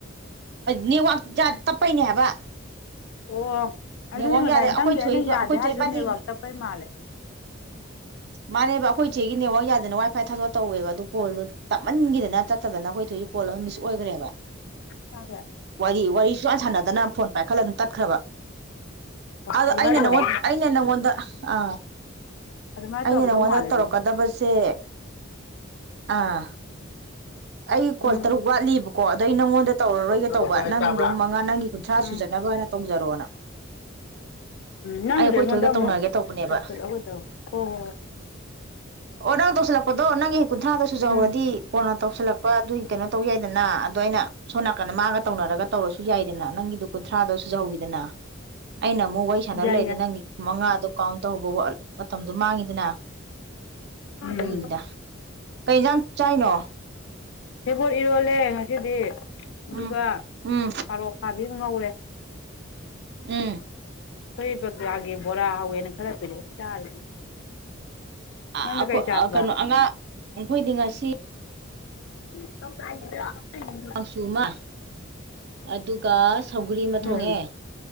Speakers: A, on the right; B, on the left.
A: ꯅꯦꯠꯋꯥꯛ ꯖꯠ ꯇꯞꯄꯩꯅꯦ ꯍꯥꯏꯕ
B: ꯑꯣ ꯑꯗꯨꯗꯤ
A: ꯅꯦꯠꯋꯥꯛ
B: ꯉꯁꯥꯏ
A: ꯌꯥꯗꯦ ꯑꯩꯈꯣꯏ
B: ꯅꯪꯒꯤ ꯑꯩꯅ
A: ꯊꯣꯏꯒ
B: ꯌꯥꯗꯦ
A: ꯑꯩꯈꯣꯏ ꯊꯣꯏ
B: ꯍꯥꯏꯔꯁꯨ
A: ꯏꯕꯥꯅꯤ
B: ꯅꯦꯠꯋꯥꯛ ꯇꯞꯄꯩ ꯃꯥꯜꯂꯦ
A: ꯃꯥꯅꯦꯕ ꯑꯩꯈꯣꯏ ꯆꯦꯒꯤ ꯅꯦꯠꯋꯔꯥꯛ ꯌꯥꯗꯅ ꯋꯥꯏ ꯐꯥꯏ ꯊꯥꯗꯣꯛ ꯇꯧꯋꯦꯕ ꯑꯗꯨ ꯀꯣꯜꯗꯣ ꯇꯞꯃꯟꯈꯤꯗꯅ ꯆꯠꯇꯗꯅ ꯑꯩꯈꯣꯏ ꯊꯣꯏꯁꯨ ꯀꯣꯜ ꯑꯃ ꯃꯤꯁ ꯑꯣꯏꯈ꯭ꯔꯦꯕ
B: ꯇꯗꯦ
A: ꯋꯥꯔꯤ-ꯋꯥꯔꯤ ꯁꯨꯛꯁꯥꯟ ꯁꯥꯟꯅꯗꯅ ꯐꯣꯟ ꯄꯥꯏꯈꯠꯂ ꯑꯗꯨꯝ ꯇꯠꯈ꯭ꯔꯕ ꯑꯗꯣ
B: ꯑꯗꯨꯃꯥꯏꯅ
A: ꯑꯩꯅ
B: ꯇꯧꯔꯝꯗꯧ
A: ꯅꯪꯉꯣꯟ ꯑꯩꯅ ꯅꯪꯉꯣꯟꯗ ꯑ
B: ꯑꯗꯨꯃꯥꯏꯅ
A: ꯑꯩꯅ
B: ꯇꯧꯔꯝꯗꯧ
A: ꯅꯪꯉꯣꯟꯗ
B: ꯃꯥꯜꯂꯦ
A: ꯇꯧꯔꯛꯀꯗꯕꯁꯦ
B: ꯑꯗꯨꯗꯤ
A: ꯑꯥ ꯑꯩ ꯀꯣꯜ
B: ꯎꯝ
A: ꯇꯔꯨꯛ ꯋꯥꯠꯂꯤꯕꯀꯣ ꯑꯗꯣ ꯑꯩ ꯅꯪꯉꯣꯟꯗ ꯇꯧꯔꯔꯣꯏꯒꯦ
B: ꯂꯥꯡꯖꯧ
A: ꯇꯧꯕ
B: ꯕꯥꯡꯖꯧ ꯍꯥꯏ
A: ꯅꯪ
B: ꯇꯥꯕ꯭ꯔꯥ
A: ꯑꯗꯨꯝ ꯃꯉꯥ ꯅꯪꯒꯤ ꯀꯨꯟꯊ꯭ꯔꯥ
B: ꯎꯝ
A: ꯁꯨꯖꯅꯕꯅ ꯇꯧꯖꯔꯣꯅ
B: ꯎꯝ ꯅꯪꯒꯤꯗꯣ
A: ꯑꯩ ꯑꯩꯈꯣꯏ
B: ꯑꯩꯉꯣꯟꯗ
A: ꯊꯣꯏꯒ
B: ꯑꯃꯨꯛ
A: ꯇꯧꯅꯒꯦ ꯇꯧꯕꯅꯦꯕ
B: ꯇꯧꯁꯜꯂꯛꯑꯣꯗꯣ ꯍꯣꯏ ꯍꯣꯏ
A: ꯑꯣ ꯅꯪ ꯇꯧꯁꯤꯜꯂꯛꯄꯗꯣ ꯅꯪꯒꯤ ꯍꯦꯛ ꯀꯨꯟꯊ꯭ꯔꯥꯗꯣ ꯁꯨꯖꯍꯧꯔꯗꯤ
B: ꯎꯝ
A: ꯀꯣꯟꯅ ꯇꯧꯁꯤꯜꯂꯛꯄ ꯑꯗꯨꯒꯤ ꯀꯩꯅꯣ ꯇꯧ ꯌꯥꯏꯗꯅ ꯑꯗꯣ ꯑꯩꯅ ꯁꯣꯝ ꯅꯥꯀꯟꯗ ꯃꯥꯒ ꯇꯧꯅꯔꯒ ꯇꯧꯔꯁꯨ ꯌꯥꯏꯗꯅ ꯅꯪꯒꯤꯗꯨ ꯀꯨꯟꯊ꯭ꯔꯥꯗꯣ ꯁꯨꯖꯍꯧꯋꯤꯗꯅ ꯑꯩꯅ ꯑꯃꯨꯛ ꯋꯥꯔꯤ ꯁꯥꯟꯅ
B: ꯌꯥꯏ
A: ꯂꯩꯔꯗꯤ
B: ꯌꯥꯏ
A: ꯅꯪꯒꯤ ꯃꯉꯥꯗꯣ ꯀꯥꯎꯟ ꯇꯧꯍꯧꯕ ꯃꯇꯝꯗꯣ ꯃꯥꯡꯉꯤꯗꯅ
B: ꯎꯝ
A: ꯑꯗꯨꯒꯤꯅꯤꯗ ꯀꯩ ꯌꯦꯟꯖꯥꯡ ꯆꯥꯏꯅꯣ
B: ꯁꯦꯕꯣꯠ ꯏꯔꯣꯜꯂꯦ ꯉꯁꯤꯗꯤ ꯑꯗꯨꯒ
A: ꯎꯝ ꯎꯝ
B: ꯄꯥꯔꯣꯛ ꯐꯥꯕꯤꯁꯨ ꯉꯧꯔꯦ
A: ꯎꯝ
B: ꯈꯣꯢ <inaudible> ꯕꯣꯔꯥ ꯍꯧꯋꯦꯅ ꯈꯔ ꯄꯤꯔꯛꯑꯦ ꯆꯥꯔꯦ
A: ꯑꯩꯈꯣꯏ
B: ꯅꯪꯗꯤ ꯀꯩ ꯆꯥꯔꯕ
A: ꯀꯩꯅꯣ ꯑꯉꯥꯡ ꯑꯩꯈꯣꯏꯗꯤ ꯉꯁꯤ
B: <inaudible>
A: ꯆꯨ ꯑꯃ ꯑꯗꯨꯒ ꯁꯧꯒꯔꯤ ꯑꯃ
B: ꯎꯝ
A: ꯊꯣꯡꯉꯦ